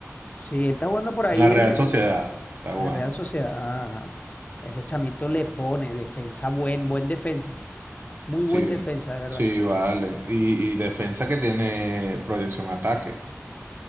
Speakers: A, on the left (about 30°); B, on the right (about 45°).
A: sí, él está jugando por ahí
B: En la Real
A: en en
B: Sociedad está jugando.
A: la Real Sociedad. Ajá. Ese chamito le pone defensa, buen, buen defensa. Muy buen
B: Sí,
A: defensa, de verdad.
B: sí, vale. Y, y defensa que tiene proyección ataque.